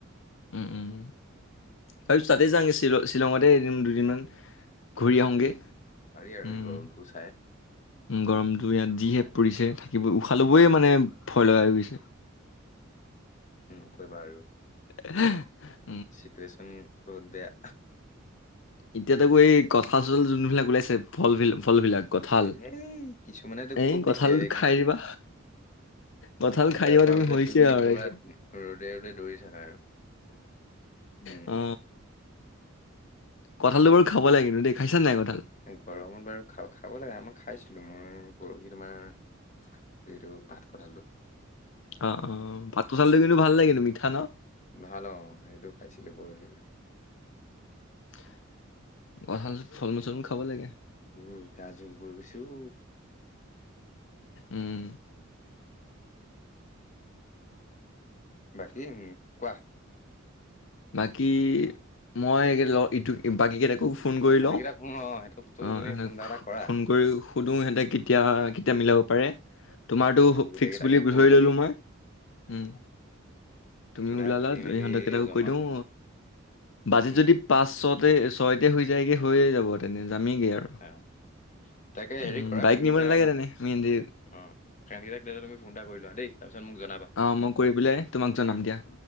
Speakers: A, on the left; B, on the left.
A: উম উম তাৰপিছত তাতে যাওঁগে শ্বিলঙতে এদিন দুদিনমান ঘূৰি
B: উম,
A: আহোঁগে
B: পাৰি আৰু
A: উম
B: এই গৰমটো চাই
A: গৰমটো ইয়াত যিহে পৰিছে <unintelligible> উশা ল'বই
B: উম,
A: মানে ভয় লগা হৈ গৈছে
B: নকবা আৰু
A: <unintelligible>
B: চিটুৱেশ্যন বহুত বেয়া
A: এতিয়া তাকো এই কঠাল চঠল যোনবিলাক ওলাইছে ফল বিলাক ফল বিলাক কঠাল
B: উম, এই কিছুমানেতো
A: এই
B: খুব
A: কঁঠাল
B: দিছে
A: খাই
B: কি
A: দিবা কঁঠাল খাই
B: সেয়া
A: দিবা
B: খোৱাৰ
A: তুমি
B: পিছত
A: হৈছে আৰু
B: পুৰা
A: তাৰপিছত
B: ৰ'দে ৰ'দে দৌৰি থাকা আৰু উম।
A: অ কঁঠালটো বাৰু খাব লাগে দিই খাইছা নাই কঁঠাল?
B: গৰমত বাৰু খা খাব লাগে আমাৰ খাইছিলো মই পৰহি তোমাৰ যিটো পাত কঠালটো
A: অ অ পাত চালটো কিন্তু ভাল লাগে নো মিঠা ন
B: ভাল অ সেইটো খাইছিলো পৰহি
A: <inaudible> কঠাল ফল মূল চল মূল খাব লাগে
B: উহ গা জোল বৈ গৈছে ও
A: উম
B: বাকী কোৱা
A: বাকী মই ই বাকী কেইটাকো ফোন কৰি
B: সেইকেইটাক
A: লওঁ
B: ফোন অ সিহঁতকতো
A: অ
B: তুমি ফোন এটা এটা কৰা
A: ফোন কৰি সুধো সিহঁতক কেতিয়া
B: অ
A: কেতিয়া মিলাব পাৰে তোমাৰো
B: অ গোটেইকেইটাকে
A: ফিক্স বুলি
B: কৈ
A: ধৰি
B: মেলি
A: ল'লোঁ মই উম তুমি
B: সোধা
A: ওলালা
B: সুধি মেলি
A: ইহঁত কেইটাকো
B: জনোৱা
A: কৈ দিওঁ বাজেট
B: উম
A: যদি পাঁচ ছতে ছয়তে হৈ যায়গে হৈয়ে যাব তেনে জামেইগে আৰু
B: অ তাকে হেৰি
A: উম
B: কৰা
A: বাইক
B: তুমি
A: নিব
B: এতিয়া
A: নালাগে তেনে আমি এনে-
B: অ সেহেতকেইটাক তুমি ফোন এটা কৰি লোৱা দেই তাৰপিছত মোক জনাবা
A: আহ মই কৰি পেলাই তোমাক জনাম দিয়া।